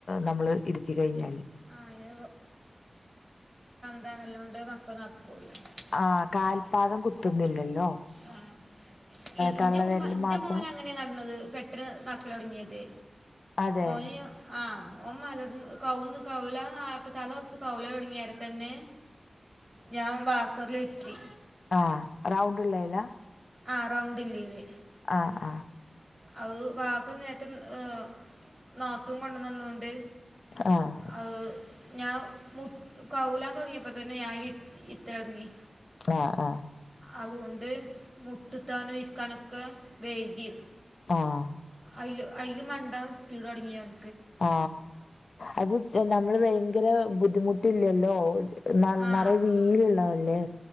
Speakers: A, on the left (about 75°); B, on the right (about 25°).
A: നമ്മള് ഇരുത്തി കഴിഞ്ഞാല്
B: ആ അതിന് <unintelligible> ആഹ് കാൽപാദം
A: ആ കാൽപാദം കുത്തുന്നില്ലല്ലോ
B: <inaudible> ഈ ഇന്റെ
A: തള്ളവരിൽ
B: ഇന്റെ
A: മാത്രം
B: മോന് അങ്ങനെയാണ് നടന്നത് പെട്ടെന്ന് നടക്കല് തുടങ്ങിയത്
A: അതെ
B: ഓന് ആ ഓ മലന്ന് കൗന്ന് കൗല ആയപ്പ തല കുറച്ച് കൗല തുടങ്ങിയരെ തന്നെ ഞാൻ വാക്കറില ഇരിത്തി
A: ആ റൗണ്ട് ഉള്ളയ്ല്ലാ
B: ആ റൗണ്ട് ഇല്ലീയ്ല്
A: ആഹ് ആഹ്
B: അത് വാക്ക നേത്ത ഏ നാതൂൻ കൊണ്ടന്ന് തന്നോണ്ട്
A: ആഹ്
B: അയ് ഞാൻ മു കൗലാം തുടങ്ങിയപ്പെ തന്നെ ഞാൻ ഇരുത്തൽ തുടങ്ങി
A: ആഹ് ആഹ്
B: അതുകൊണ്ട് മുട്ടുത്താനും ഇരിക്കാനൊക്കെ വൈഴ്കി
A: ആഹ്
B: അയില് അയില് മണ്ടാൻ സ്പീഡ് തുടങ്ങി ഓൻ
A: ആ അത് നമ്മള് ഭയങ്കര ബുദ്ധിമുട്ടി ല്ലല്ലോ
B: ആ
A: നിറയ വീലള്ളതല്ലേ